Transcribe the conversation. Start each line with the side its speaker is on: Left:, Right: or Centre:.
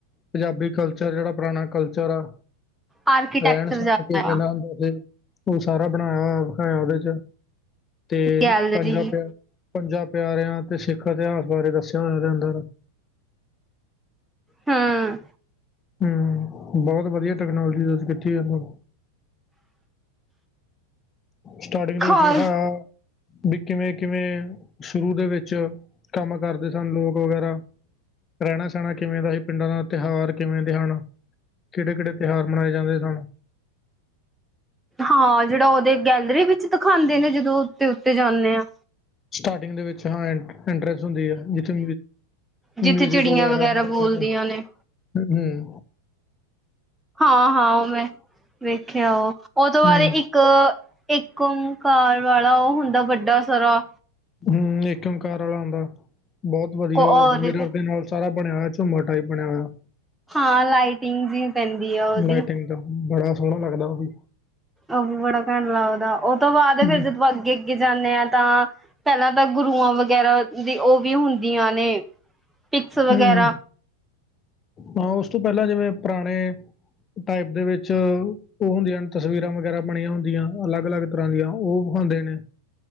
Left: ਪੰਜਾਬੀ ਕਲਚਰ ਜਿਹੜਾ ਪੁਰਾਣਾ ਕਲਚਰ ਆ
Centre: ਆਰਕੀਟੈਕਚਰ
Left: ਰਹਿਣ ਸਹਿਣ
Centre: ਜ਼ਿਆਦਾ
Left: ਕੇ ਦੇਣਾ
Centre: ਆ
Left: ਹੁੰਦਾ ਸੀ ਉਹ ਸਾਰਾ ਬਣਾਇਆ ਵਿਖਾਇਆ ਉਹਦੇ ਚ ਤੇ
Centre: ਗੈਲਰੀ
Left: ਪੰਜ ਰ ਪਿਆ ਪੰਜਾਂ ਪਿਆਰਿਆਂ ਤੇ ਸਿੱਖ ਇਤਿਹਾਸ ਬਾਰੇ ਦੱਸਿਆ ਹੋਇਆ ਅੰਦਰ
Centre: ਹਾਂ-
Left: ਹਮ ਬਹੁਤ ਵਧੀਆ ਟੈਕਨੋਲੋਜੀ ਤੁਸੀਂ ਕਿਥੇ ਉਹਨਾਂ ਸਟਾਰਟਿੰਗ
Centre: ਖਾਲ
Left: ਦੇ ਵਿੱਚ ਵਿਖਾਇਆ ਵੀ ਕਿਵੇਂ ਕਿਵੇਂ ਸ਼ੁਰੂ ਦੇ ਵਿੱਚ ਕੰਮ ਕਰਦੇ ਸਨ ਲੋਕ ਵਗੈਰਾ ਰਹਿਣਾ ਸਹਿਣਾ ਕਿਵੇਂ ਦਾ ਸੀ ਪਿੰਡਾਂ ਦਾ ਤਿਉਹਾਰ ਕਿਵੇਂ ਦੇ ਹਨ ਕਿਹੜੇ ਕਿਹੜੇ ਤਿਉਹਾਰ ਮਨਾਏ ਜਾਂਦੇ ਸਨ
Centre: ਹਾਂ ਜਿਹੜਾ ਉਹਦੇ ਗੈਲਰੀ ਵਿੱਚ ਦਿਖਾਉਂਦੇ ਨੇ ਜਦੋਂ ਉਤੇ ਉੱਤੇ ਜਾਂਦੇ ਆ
Left: ਸਟਾਰਟਿੰਗ ਦੇ ਵਿੱਚ ਹਾਂ ਇਟਰਸਟ ਹੁੰਦੀ ਆ ਜਿੱਥੇ
Centre: ਜਿੱਥੇ
Left: ਮਿਊਜਿਕ
Centre: ਚਿੜੀਆਂ
Left: ਵਗੈਰਾ ਹੁੰਦਾ
Centre: ਬੋਲਦੀਆਂ
Left: ਸਾਰਾ
Centre: ਨੇ
Left: ਹਮ-ਹਮ
Centre: ਹਾਂ-ਹਾਂ ਉਹ ਮੈਂ ਵੇਖਿਆ ਉਹ ਉਹ ਤੋਂ ਬਾਅਦ
Left: ਹੂੰ
Centre: ਇੱਕ ਇੱਕ ਕਾਰ ਵਾਲਾ ਉਹ ਹੁੰਦਾ ਵੱਡਾ ਸਾਰਾ
Left: ਹਮ ੲਕਮਕਾਰ ਵਾਲਾ ਹੁੰਦਾ ਬਹੁਤ ਵਧੀਆ
Centre: ਕੋ ਉਹਦੇ
Left: ਉਹ ਮਿਰਰ
Centre: ਤੇ
Left: ਦੇ ਨਾਲ ਬਣਿਆ ਹੋਇਆ ਚੁਮਾਰ ਟਾਈਪ ਬੰਨ੍ਹਿਆ ਹੋਇਆ
Centre: ਹਾਂ ਲਾਈਟਿੰਗ ਜ ਪੈਂਦੀ ਆ ਉਹਦੀ
Left: ਲਾਈਟਿੰਗ ਦਾ ਬੜਾ ਸੋਹਣਾ ਲੱਗਦਾ ਉਹ ਵੀ
Centre: ਉਹ ਵੀ ਬੜਾ ਘੈਂਟ ਲੱਗਦਾ ਉਹ ਤੋਂ ਬਾਅਦ
Left: ਹੂੰ
Centre: ਫਿਰ ਜ ਅੱਗੇ ਅੱਗੇ ਜਾਂਦੇ ਹਾਂ ਤਾਂ ਪਹਿਲਾਂ ਤਾਂ ਗੁਰੂਆਂ ਵਗੈਰਾ ਦੀ ਉਹ ਵੀ ਹੁੰਦੀਆਂ ਨੇ ਪਿਕਸ ਵਗੈਰਾ
Left: ਹਮ ਹਾਂ ਉਸ ਤੋਂ ਪਹਿਲਾਂ ਜਿਵੇਂ ਪੁਰਾਣੇ ਟਾਈਪ ਦੇ ਵਿੱਚ ਉਹ ਹੁੰਦੀਆਂ ਨੇ ਤਸਵੀਰਾਂ ਵਗੈਰਾ ਬਣੀਆਂ ਹੁੰਦੀਆਂ। ਅਲੱਗ -ਅਲੱਗ ਤਰ੍ਹਾਂ ਦੀਆਂ ਉਹ ਹੁੰਦੇ ਨੇ।